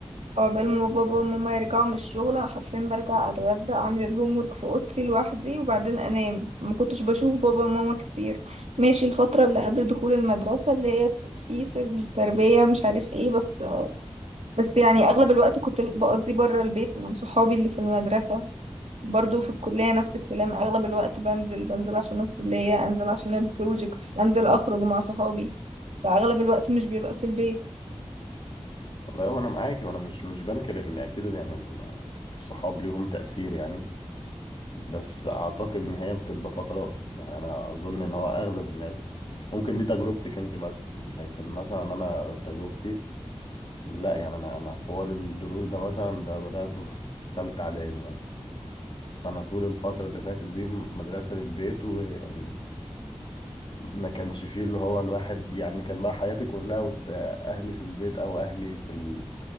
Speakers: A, on the right; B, on the left.
A: فعقبال ما بابا وماما يرجعوا من الشغل حرفيا برجع أتغدى أعمل الهوم ورك في أوضتي لوحدي وبعدين أنام ما كنتش بشوف بابا وماما كتير ماشي الفترة اللي قبل دخول المدرسة اللي هي التأسيس التربية مش عارف ايه بس بس يعني اغلب الوقت كنت بقضي بره البيت مع صحابي اللي في المدرسة برضو في الكلية نفس الكلام اغلب الوقت بنزل بنزل عشان الكلية انزل عشان البروجكتس انزل اخرج مع صحابي فاغلب الوقت مش بيبقى في البيت
B: والله وأنا معاك وأنا مش مش بنكر إن أكيد يعني ال- الصحاب ليهم تأثير يعني بس أعتقد إن هي بتبقى فترات يعني أنا أظن إن هو أغلب الناس ممكن دي تجربتك أنت مثلا لكن مثلا أنا تجربتي لا يعني أنا أنا حوار الدروس ده مثلا ده بدأته في تالتة إعدادي مثلا فانا طول الفتره اللي فاتت دي مدرسه للبيت ويعني ما كانش فيه اللي هو الواحد يعني كان بقى حياتي كلها وسط اهلي في البيت او اهلي في ال...